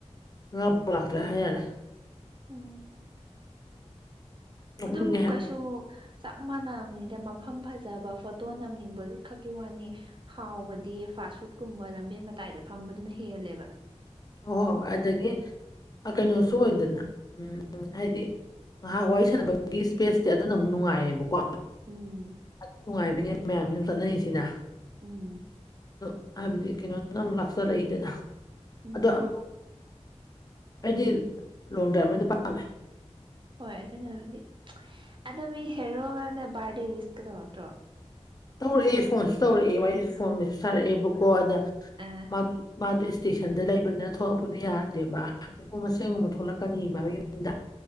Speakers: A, on the left; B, on the right.
A: ꯏꯂꯥꯞꯄꯨ ꯂꯥꯛꯇ꯭ꯔꯦ ꯍꯥꯏ ꯌꯥꯔꯦ
B: ꯎꯝ
A: ꯅꯣꯛꯅꯤꯡꯉꯦ
B: ꯑꯗꯨꯝ
A: ꯍꯥꯏꯕ
B: ꯀꯩꯁꯨ ꯆꯞ ꯃꯥꯟꯅꯝꯅꯤꯗ ꯃꯐꯝ ꯐꯖꯕ ꯐꯣꯇꯣ ꯅꯝꯅꯤꯡꯕꯒꯤ ꯈꯛꯀꯤ ꯋꯥꯅꯤ ꯍꯥꯎꯕꯗꯤ ꯐꯥꯁ ꯐꯨꯗꯀꯨꯝꯕ ꯂꯝꯕꯦꯟ ꯃꯇꯥꯏꯗ ꯐꯝꯕꯗꯨꯅ ꯍꯦꯜꯂꯦꯕ
A: ꯍꯣꯏ ꯍꯣꯏ ꯑꯗꯒꯤ ꯀꯩꯅꯣꯁꯨ ꯑꯣꯏꯗꯅ ꯎꯝ ꯍꯥꯏꯗꯤ ꯉꯥꯏꯍꯥꯛ ꯋꯥꯔꯤ ꯁꯥꯟꯅꯕꯒꯤ ꯏꯁꯄꯦꯁꯇꯤ ꯑꯗꯨꯅ ꯑꯃꯨꯛ ꯅꯨꯡꯉꯥꯏꯌꯦꯕꯀꯣ
B: ꯎꯝ
A: ꯑꯗꯨ ꯅꯨꯡꯉꯥꯏꯕꯅꯦ ꯃꯌꯥꯝꯁꯨ ꯆꯠꯅꯔꯤꯁꯤꯅ
B: ꯎꯝ
A: ꯑꯗꯣ ꯍꯥꯏꯕꯗꯤ ꯀꯩꯅꯣꯅ ꯑꯃꯨꯛ ꯂꯥꯛꯆꯔꯛꯏꯗꯅ
B: ꯎꯝ
A: ꯑꯗꯣ ꯑꯃ ꯑꯩꯗꯤ ꯂꯣꯡ ꯗ꯭ꯔꯥꯏꯕꯅꯗꯤ ꯄꯥꯝꯃꯦ
B: ꯍꯣꯏ ꯑꯗꯨꯅꯕꯨꯗꯤ ꯑꯗꯣ ꯃꯤ ꯍꯦꯔꯣꯒꯥꯅ ꯕꯥꯔꯗꯦ ꯋꯤꯁꯀꯥ ꯇꯧꯔꯛꯇ꯭ꯔꯣ
A: ꯇꯧꯔꯛꯑꯦ ꯐꯣꯟꯁꯨ ꯇꯧꯔꯛꯑꯦ ꯋꯥꯔꯤꯖꯨ ꯐꯣꯟꯗꯁꯨ ꯁꯥꯔꯛꯑꯦꯕꯀꯣ ꯑꯗ
B: ꯑꯥ
A: ꯃꯥ ꯃꯥꯗꯣ ꯏꯁꯇꯦꯁꯟꯗ ꯂꯩꯕꯅꯤꯅ ꯊꯣꯛꯂꯛꯄꯗꯨ ꯌꯥꯗꯦꯕ ꯍꯥꯆꯤꯛꯀꯨꯝꯕ ꯃꯁꯦꯝꯒꯨꯝꯕ ꯊꯣꯛꯂꯛꯀꯥꯅꯤꯕ ꯌꯨꯝꯗ